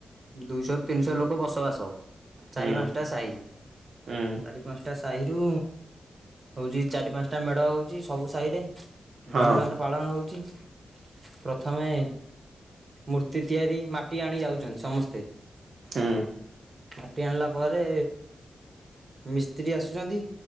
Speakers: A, on the right; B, on the right.
A: ଦୁଇଶହ ରୁ ତିନିଶହ ଲୋକ ବସବାସ ଚାରି
B: ହୁଁ
A: ପାଞ୍ଚଟା ସାହି
B: ହୁଁ
A: ଚାରି ପାଞ୍ଚଟା ସାହିରୁ ହଉଛି ଚାରି ପାଞ୍ଚଟା ମେଢ ହଉଛି ସବୁ ସାହିରେ
B: ହଁ
A: ଧୁମଧାମ ରେ ପାଳନ ହଉଛି। ପ୍ରଥମେ ମୂର୍ତ୍ତି ତିଆରି ମାଟି ଆଣି ଯାଉଛନ୍ତି ସମସ୍ତେ
B: ହୁଁ
A: ମାଟି ଆଣିଲା ପରେ ମିସ୍ତ୍ରୀ ଆସୁଛନ୍ତି।